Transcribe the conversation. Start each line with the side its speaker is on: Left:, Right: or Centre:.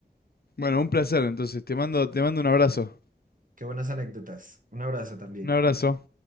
Left: Bueno, un placer, entonces te mando, te mando un abrazo.
Right: Qué buenas anécdotas. Un abrazo también.
Left: Un abrazo.